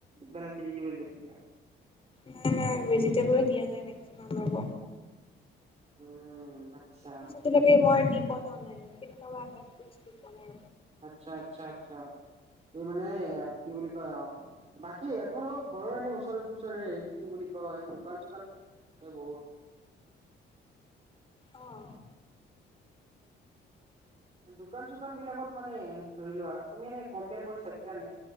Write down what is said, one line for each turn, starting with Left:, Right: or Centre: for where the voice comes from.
Right: মানে ভেজবে দিয়া।
Left: নাই নাই ভেজিটেবলো দিয়া যায় মেক্সিমাম ৰ'ব।
Right: উম। আচ্ছা
Left: ফকে মই দি পোৱা নাই নাই ন কেনেকুৱা আহে ফ দি পোৱা নাই।
Right: আচ্ছা আচ্ছা আচ্ছা। এই মানে কি বুলি কয় অ বাকী তোমালোকৰ ঘৰৰ এনে ওচৰ ওচৰৰে কি বুলি। ক দোকান চুকান বহুত।
Left: অহ।
Right: দোকান চোকান বিলাকত মানে ধৰি লোৱা তুমি এ কম্পয়াৰ কৰি চাইছিলানে।